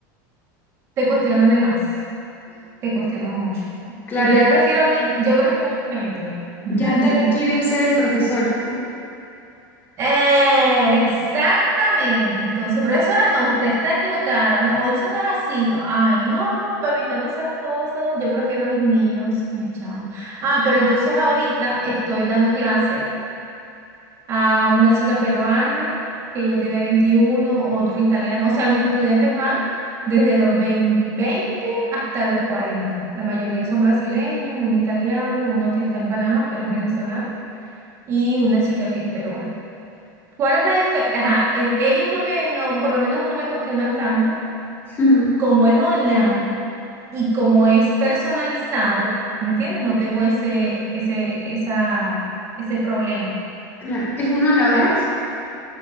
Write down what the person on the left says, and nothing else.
Claro,
ya,
ya te- quieren ser el profesor.
<laughs>
Claro. ¿Es uno a la vez?